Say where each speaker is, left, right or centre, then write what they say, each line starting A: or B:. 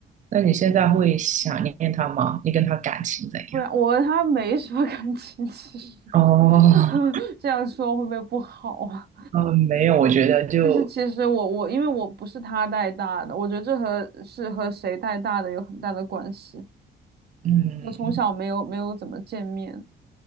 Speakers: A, on the right; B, on the right.
A: 那你现在会想念他吗？你跟他感情怎样？
B: 不然我和他没什么 <laughs> 感情，其实
A: 哦，
B: <laughs> 这样说会不会不好啊？
A: 嗯，没有，我觉得就
B: 但是其实我我因为我不是他带大的，我觉得这和是和谁带大的有很大的关系。
A: 嗯
B: 我从小没有没有怎么见面，